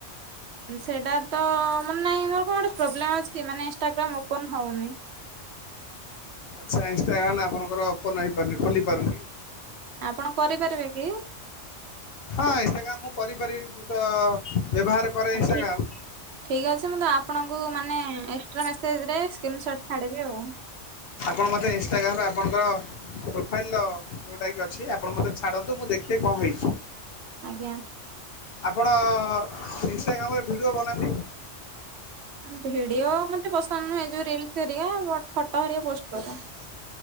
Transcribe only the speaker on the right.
ସେଇଟା ତ ମାନେ ନାଇଁ ମୋର କଣ ଗୋଟେ ପ୍ରୋବ୍ଲେମ୍ ଅଛକି ମାନେ ଇନ୍ସ୍ଟାଗ୍ରାମ୍ ଓପନ୍ ହୋଉନି।
ଆପଣ କରିପାରିବେ କି?
ଠିକ ଠିକ୍ ଅଛି ମୁଁ ତ ଆପଣଙ୍କୁ ମାନେ ଏକ୍ଟ୍ରା ମେସେଜ୍ ରେ ସ୍କ୍ରିନ୍ ସଟ୍ ଛାଡିବି ଆଉ।
ଆଜ୍ଞା
ଭିଡିଓ ମତେ ପସନ୍ଦ୍ ନୁହେଁ ଯୋଉ ରଲ୍ସ୍ ହରିକା ବଟ୍ ଫଟ ହରିଆ ପୋଷ୍ଟର କରେ।